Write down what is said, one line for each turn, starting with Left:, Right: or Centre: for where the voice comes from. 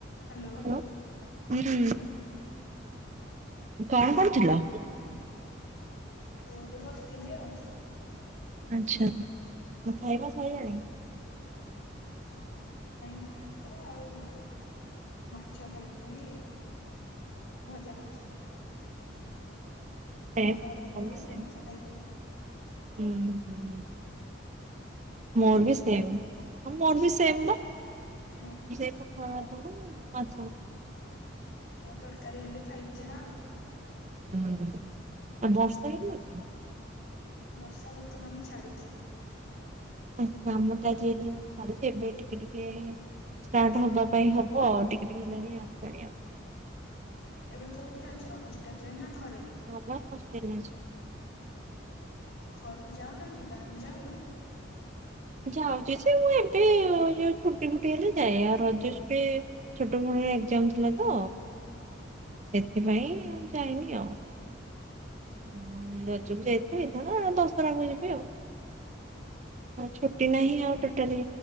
Left: ହ୍ୟାଲୋ।
Right: ହାଲୋ, ହୁଁ କଣ କରୁଥିଲ?
Left: ହଁ। ଏଇଠି ବସିଥିଲି ଆଉ।
Right: ଆଚ୍ଛା, ଖାଇବା ସଇଲାଣି।
Left: ନାଇଁ ଭାତ ଆଉ ମାଛ ଖାଇଥିଲି। ଭଜା ମାଛ।
Right: ସେ
Left: ପଖାଳ
Right: ମ
Left: ଭାତ
Right: ବିି
Left: ଭଜା
Right: ସେ <unintelligible>
Left: ମାଛ ଖାଇଥିଲି
Right: ହୁଁ ହୁଁ
Left: ତମେ
Right: ମୋର ବି ସେମ୍ ଆଉ ମୋର ବି ସେମ୍ ବା
Left: ହୁଁ।
Right: ସେ ପଖାଳ
Left: ଆଉ
Right: ଭାତ କୁ ମାଛ।
Left: ଆଉ ତରକାରୀ ହେଲେ ଖାଇବି ଯାହା ଆଉ।
Right: ହୁଁ ଆଉ ବର୍ଷା କେମିତି ହଉଛି।
Left: ବର୍ଷା ବର୍ତ୍ତମାନ ଛାଡ଼ିଛି।
Right: ହଁ ଆମର ତ ଆଜି ଏଠି ଛାଡିଛି ଏବେ ଟିକେ-ଟିକେ। ଷ୍ଟାର୍ଟ ହବା ପାଇଁ ହବ ଆଉ ଟିକେ ଟିକେ ହେଲାଣି ଆସିଲାଣି ଆଉ।
Left: ଏବେ କେଉଁଠି ଅଛ ହଷ୍ଟେଲରେ ନା ଘରେ।
Right: ହଁ ବା ହଷ୍ଟେଲରେ ଅଛି।
Left: ଘରକୁ ଯାଉନ କି ଗାଁ କୁ ଯାଉନ।
Right: ଯାଉଛି ଯେ ମୁଁ ଏବେ ଯୋଉ ଛୁଟି ଫୁଟି ହେଲେ ଯାଏ। ଆଉ ରଜ ଛୁଟିରେ ଛୋଟ ଭଉଣୀର ଏକ୍ଜାମ ଥିଲା ତ ସେଥିପାଇଁ ଆଉ ଯାଇନି ଆଉ। ହୁଁ ରଜ କୁ ଯାଇଥିଲି ହେଇଥାନ୍ତି ଦଶହରା କୁ ଯିବି ଆଉ। ଆଉ ଛୁଟି ନାହିଁ ଆଉ ଟୋଟାଲି।